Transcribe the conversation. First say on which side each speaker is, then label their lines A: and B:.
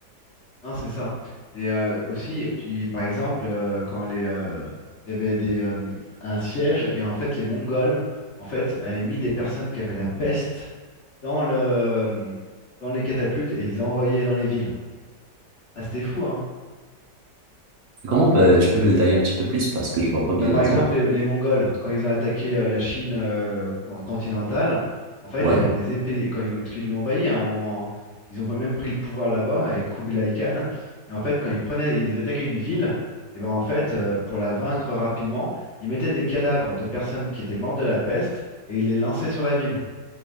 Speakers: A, on the left; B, on the right.
A: Hein, c'est ça. Et euh, aussi, tu, par exemple, euh, quand les, euh, il y avait des, euh, un siège et en fait les Mongols en fait avaient mis des personnes qui avaient la peste dans le, dans les catapultes et ils envoyaient dans les villes. Ah, c'était fou, hein.
B: comment euh, tu peux me détailler un petit peu plus parce que je vois pas bien
A: Bah, par
B: l'exemple?
A: exemple, les, les Mongols, quand ils ont attaqué euh, la Chine euh, con- continentale, en fait,
B: Ouais.
A: il y avait des épées, quand ils l'ont, parce qu'ils l'ont envahi à un moment, hein. ils ont même pris le pouvoir là-bas avec Kublai Khan. Et en fait, quand ils prenaient, ils attaquaient une ville, et ben en fait, euh, pour la vaincre rapidement, ils mettaient des cadavres de personnes qui étaient mortes de la peste et ils les lançaient sur la ville.